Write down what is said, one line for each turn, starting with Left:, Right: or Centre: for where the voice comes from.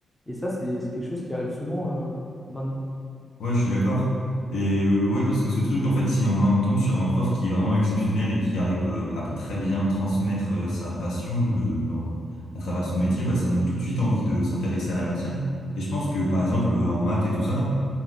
Centre: Et ça, c'est c'est quelque chose qui arrive souvent euh, maintenant.
Left: ouais, je suis d'accord. Et euh, ouais, parce que ce truc, en fait, si on, en tombe sur un prof qui est vraiment exceptionnel et qui arrive euh, à très bien transmettre euh, sa passion de, dans- à travers son métier, bah, ça donne tout de suite envie de s'intéresser à la matière. Et je pense que, par exemple,
Centre: Mm,
Left: euh, en maths et tout ça,